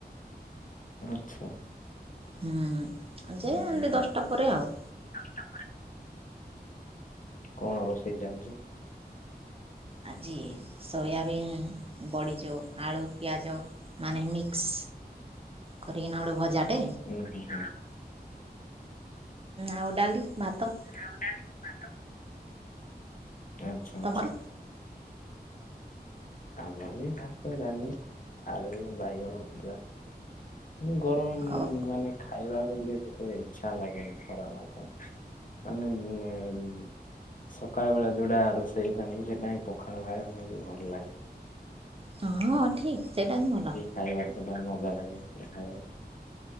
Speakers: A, on the left; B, on the right.
A: ଆଚ୍ଛା।
B: ହୁଁ ଆ
A: ହୁଁ
B: ଯେ ଏମତି
A: ହୁଁ ହୁଁ।
B: ଦଶଟା ପରେ ଆଉ।
A: ଆଚ୍ଛା କଣ ରୋଷେଇ ଚାଲିଛି?
B: ଆଜି ସୋୟାବିନ୍ ବଡ଼ି ଯୋଉ ଆଳୁ ପିଆଜ ମାନେ ମିକ୍ସ। କରିକିନା ଗୋଟେ ଭଜାଟେ।
A: ଉଁ ହୁଁ ହୁଁ
B: ଆଉ ଡାଲି ଭାତ।
A: ଆଉ ଡାଲି ଭାତ। ଆଚ୍ଛା
B: ତମର
A: ଆଚ୍ଛା। ଆମର ବି ଭାତ ଡାଲି ଆଳୁ ବାଇଗଣ ଭଜା। ମୁଁ ଗରମ୍
B: ହଉ
A: ମାନେ ଖାଇବାକୁ ଟିକେ ସେତେ ଇଚ୍ଛା ଲାଗେନି ଗରମ ଭାତ ମାନେ ଉ ସକାଳ ବେଳେ ଯୋଉଟା ରୋଷେଇ ଥିଲାନି କି ସେଟା ହିଁ ପଖାଳ ଖାଇବା ଭଲ ଲାଗେ।
B: ହଉ ହଁ ଠିକ୍ ସେଇଟା ହିଁ ଭଲ।
A: ଖାଇବା ସେଟା ମଜା ଲାଗେ ସେଟା ଖାଇବାକୁ।